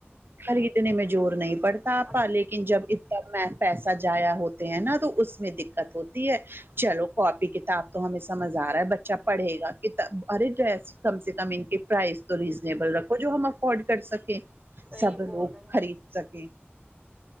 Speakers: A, on the right; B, on the right.
A: خریدنے میں زور نہیں پڑتا آپا
B: آپ
A: لے کن جب اتنا میں پیسہ جایا ہوتے ہیں نا تو اس میں دقت ہوتی ہے چلو کاپی کتاب تو ہمیں سمجھ آرہا ہے بچہ پڑھے گا کتاب ار ڈریس کم سے کم ان کے پرائز تو ریزنیبل رکھو جو ہم افورڈ کر سکیں
B: صحیح
A: سب
B: بول
A: لوگ
B: رہے ہیں
A: خرید سکے